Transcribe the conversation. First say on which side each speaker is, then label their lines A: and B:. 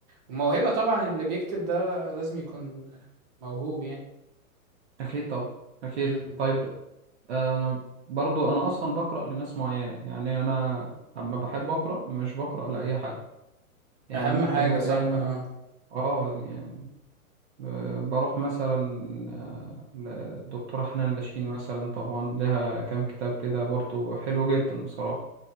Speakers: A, on the right (about 25°); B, on the right (about 50°).
A: وموهبة طبعا اللي بيكتب ده لازم يكون موهوب يعني
B: أكيد طبعا أكيد
A: م- م.
B: طيب آه، أنا برضو أنا أصلا بقرأ لناس معينة يعني أنا أما بحب أقرأ مش بقرأ لأي حد يعني
A: اهم
B: ممكن
A: حاجة
B: هتلاقي
A: صح
B: من
A: اه
B: آه يعني آه، بروح مثلا آه، للدكتورة حنان لاشين مثلا طبعا لها كام كتاب كده برضو حلو جدا بصراحة